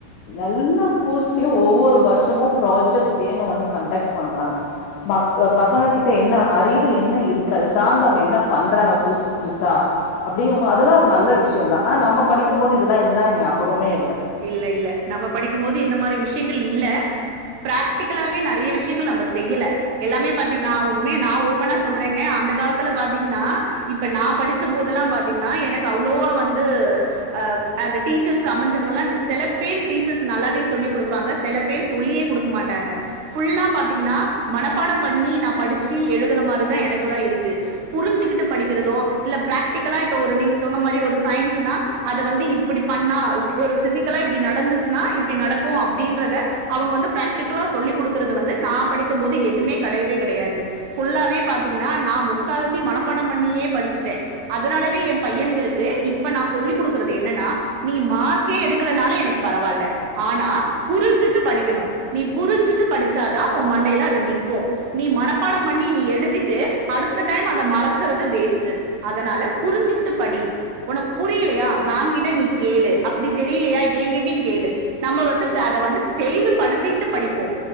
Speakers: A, on the left; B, on the right.
A: இல்லாூ ஒவ்வொரு வருஷமும் பக ஒக்ட் பண்றாங்க மக்க பசங்க கிட்ட என்ன அறிவு என்ன இருக்காது சார்ந்தவங்க என்ன பண்றாங்க புதுசு புதுசா அப்டிங்க போது அதெல்லா ஒரு நல்ல விஷ் டு வந்தா ஆனா நம்ம படிக்கும் போது இதெல்லா இருந்ததா ஞாபகமே இல்ல
B: இல்ல இல்ல நம்ம படிக்கும் போது இந்த மாரி விஷ்யங்கள் இல்ல பிராக்டிக்கலாவே நறைய விஷ்யங்கள் நம்ம செய்யல எல்லாமே பாத்தீங்கனா உண்மையா நா ஓப்பனா சொல்றேங்க அந்த காலத்துல பாத்தீங்கன்னா இப்ப நா படிச்ச போதெல்லா பாத்தீங்கன்னா எனக்கு அவ்ளோவா வந்து அ அந்த டீச்சர்ஸ் அமஞ் <unintelligible> செல பேர் டீச்சர்ஸ் நல்லாவே சொல்லி குடுப்பாங்க சில பேர் சொல்லியே குடுக்க மாட்டாங்க ஃபுல்லா பாத்தீங்கன்னா மனப்பாடம் பண்ணி நா படிச்சி எழுதன மாரிதா எனக்கெல்லா இருக்கு புருஞ்சுகிட்டு படிக்கிறதோ இல்ல பிராக்டிக்களா இப்ப ஒரு நீங்க சொன்ன மாரி ஒரு சைன்ஸ்சுனா அது வந்து இப்புடி பண்ணா இப்டி ஒரு பிசிக்கலா இப்டி நடந்துச்சுன்னா இப்டி நடக்கு அப்டின்றத அவங்க வந்து பிராக்டிக்கலா சொல்லிக் குடுக்கறது வந்து நா படிக்கும் போது எதுமே கெடையவே கெடையாது ஃபுல்லாவே பாத்தீங்கன்னா நா முக்காவாசி மனப்படம் பண்ணியே படிச்சட்ட அதனாலவே எம் பையனுங்களுக்கு இப்ப நா சொல்லிக் குடுக்கறது என்னன்னா நீ மார்க் க்கே எடுக்கலனாலு எனக்கு பரவால்ல ஆனா புருஞ்சுட்டு படிக்கணு நீ புருஞ்சுட்டு படிச்சாதா உம் மண்டையில அது நிக்கு நீ மனப்பாடம் பண்ணி நீ எழுதிட்டு அடுத்த டைம் அத மறக்குறது வேஸ்டு அதனால புருஞ்சுட்டு படி ஒன்ன புரியலயா மேம் கிட்ட நீ கேளு அப்டி தெரியலையா ஏங்கிட்டியுங் கேளு நம்ம வந்து அத வந்து தெளிவுபடுத்திட்டு படிப்போ